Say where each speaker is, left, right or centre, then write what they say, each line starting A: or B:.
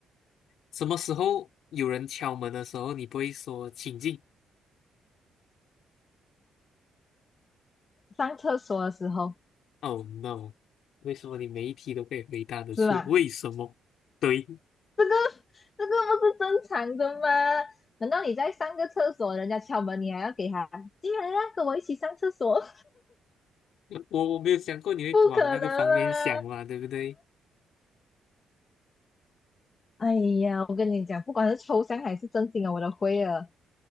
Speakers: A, on the left (about 75°); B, on the left (about 40°).
A: 什么时候有人敲门的时候，你不会说“请进
B: 上厕所的时候
A: ”？Oh no！为什么你每一题都可以回答得出？
B: 是吗？
A: 为什么？对，
B: 这个这个不是正常的吗？难道你在上个厕所，人家敲门，你还要给他进来啊，跟我一起上厕所？
A: <laughs> 我我没有想过你会往那个方面想嘛，
B: <laughs> 不可能吗？
A: 对不对？
B: 哎呀，我跟你讲，不管是抽象还是正经啊，我都会了。